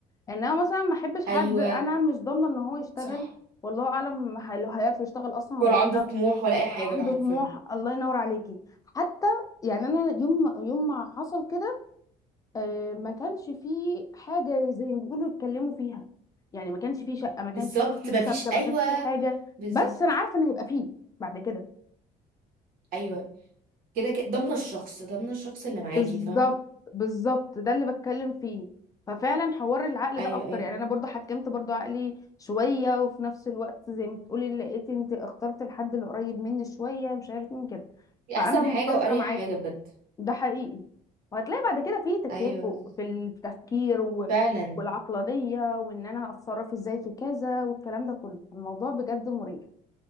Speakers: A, on the left; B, on the right.
A: انما مثلا ما احبش حد
B: ايوه
A: انا مش ضامنه ان هو يشتغل
B: صح
A: والله اعلم هل- هيعرف يشتغل اصلا
B: ولا
A: ولا لا
B: عنده طموح ولا اي حاجه
A: ولا عنده
B: حرفيا
A: طموح الله ينور عليكي حتى يعني انا يوم ما- يوم ما حصل كده آه، ما كانش فيه حاجة زي ما بيقولوا يتكلموا فيها يعني ما كانش فيه شقة ما كانش
B: بالظبط
A: فيه فلوس
B: مفيش
A: شبكة ما
B: ايوه
A: كانش فيه حاجة
B: بالظبط
A: بس أنا عارفة إن هيبقى فيه بعد كده
B: ايوه كده كده ضمن الشخص ضمن الشخص اللي معاكي
A: بالظبط
B: فاهمه
A: بالظبط ده اللي بتكلم فيه ففعلا حوار العقل
B: ايوه
A: ده اكتر
B: ايوه
A: يعني
B: فاهمة.
A: انا برضو حكمت برضو عقلي شويه وفي نفس الوقت زي ما بتقولي لقيت انت اخترت الحد اللي قريب مني شويه مش عارف مين كده
B: دي
A: فانا
B: احسن
A: متفقه
B: حاجه واريح
A: معاكي
B: حاجه بجد
A: ده حقيقي وهتلاقي بعد كده في تكافؤ
B: ايوه
A: في التفكير و...
B: فعلا
A: والعقلانية وان انا هتصرف ازاي في كذا والكلام ده كله الموضوع بجد مريح